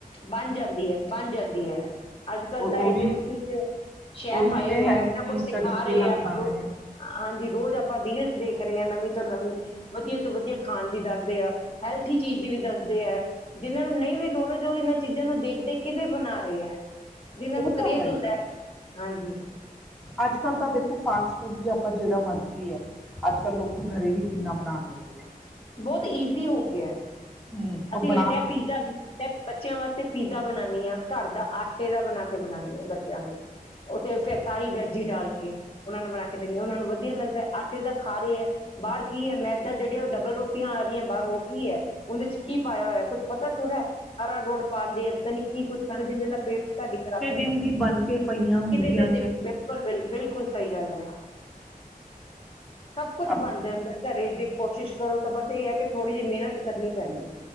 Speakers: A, on the left (about 35°); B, in the centre.
A: ਬਣ ਜਾਂਦੀ ਐ ਬਣ ਜਾਂਦੀ ਐ। ਅੱਜ ਕੱਲ੍ਹ
B: ਔਰ ਉਹ
A: ਤਾਂ ਐਡੇ
B: ਵੀ
A: ਉੱਚੇ ਉੱਚੇ ਸ਼ੈਫ
B: ਉਹ ਵੀ ਕਿੰਨੇ
A: ਆਏ ਹੋਏ,
B: ਹੈਲਥੀ
A: ਆ ਇਨਾ ਕੁਛ ਸਿਖਾ
B: ਤਰੀਕੇ
A: ਰਹੇ
B: ਨਾਲ
A: ਆ
B: ਬਣਾਉਂਦੇ
A: ਪਰ ਰ
B: ਨੇ।
A: ਹਾਂਜੀ ਰੋਜ਼ ਆਪਾਂ ਰੀਲਸ ਦੇਖ ਰਹੀ ਆ ਨਵੀਂ ਤੋਂ ਨਵੀਂ ਵਧੀਆ ਤੋਂ ਵਧੀਆ ਖਾਣ ਦੀ ਦਾ ਰੇ ਆ, ਹੈਲਥੀ ਚੀਜ਼ ਦੀ ਵੀ ਦੱਸਦੇ ਆ। ਜਿਨਾਂ ਨੂੰ ਨਹੀਂ ਵੀ ਨੌਲੇਜ ਜੋ ਇਹਨਾਂ ਚੀਜ਼ਾਂ ਨੂੰ ਦੇਖ ਦੇਖ ਕੇ ਵੀ ਬਣਾ ਰਹੇ ਹੈ। ਜਿਨਾਂ
B: ਉਹ
A: ਨੂੰ ਕਰੇਜ਼
B: ਤਾਂ
A: ਹੁੰਦਾ
B: ਹੀ
A: ਹੈ ਹਾਂਜੀ।
B: ਅੱਜ ਕੱਲ ਤਾਂ ਦੇਖੋ, ਫਾਸਟ ਫੂਡ ਵੀ ਆਪਾਂ ਜਿਹੜਾ ਮਰਜ਼ੀ ਐ ਅੱਜ ਕੱਲ ਲੋਕੀ ਗਰੇ ਵੀ ਕਿੰਨਾ ਬਣਾ ਲੈਂਦੇ ਨੇ।
A: ਬਹੁਤ ਈਜ਼ੀ ਹੋ ਗਿਆ।
B: ਹੂੰ ਉਹ
A: ਅਸੀਂ
B: ਬਣਾ
A: ਲੈਂਦੇ ਆ ਪੀਜ਼ਾ ਮੈਂ ਬੱਚਿਆਂ ਵਾਸਤੇ ਪੀਜ਼ਾ ਬਨਾਨੀ ਆ। ਘਰ ਦਾ ਆਟੇ ਦਾ ਬਣਾ ਕੇ ਬਣਾਨੀ ਆ ਬੱਚਿਆਂ ਨੂੰ
B: ਸਬਜ਼ੀਆਂ।
A: ਉਥੇ ਫਿਰ ਸਾਰੀ ਵੈਜੀ ਡਾਲ ਕੇ ਉਹਨਾਂ ਨੂੰ ਬਣਾ ਦੇ ਆ ਉਹਨਾਂ ਨੂੰ ਵਧੀਆ ਲੱਗਦਾ ਐ। ਆਟੇ ਦਾ ਖਾ ਰਹੇ ਐ ਬਾਹਰ ਕੀ ਹੈ ਮੈਦਾ ਜਿਹੜੇ ਉਹ ਡਬਲ ਰੋ ਟੁੱਟੀਆਂ ਆ ਰਹੀਆਂ ਬਾਰੋ ਕੀ ਹੈ, ਉਹਦੇ ਚ ਕੀ ਪਾਇਆ ਹੋਇਆ, ਕੁਛ ਪਤਾ ਥੋੜਾ ਅਰਾ ਰੋਡ ਪਾਉਂਦੇ ਪਤਾ ਨੀ ਕੀ ਕੁਛ ਸਾਰੇ ਜਿੰਦੇ ਨਾਲ ਪੇਟ ਚ ਤੁਹਾਡੀ ਖ਼ਰਾਬੀ
B: ਦਿਨ
A: ਹੋ
B: ਦੀ ਬਣ ਕੇ ਪਈਆਂ ਹੁੰਦੀਆਂ
A: ਕਿੰਨੇ ਦਿਨ ਦੀ ਬਿਲਕੁਲ ਬਿਲੁ ਬਿਲਕੁਲ ਸਹੀ ਗੱਲ ਹੈ। ਸਭ ਕੁਛ
B: ਅਪ
A: ਬਣ ਜਾਂਦਾ ਘਰੇ ਜੇ ਕੋਸ਼ਿਸ਼ ਕਰੋ, ਤਾਂ ਬਸ ਇਹ ਹੈ ਕਿ ਥੋੜ੍ਹੀ ਜਿਹੀ ਮਿਹਨਤ ਕਰਨੀ ਪੈਂਦੀ।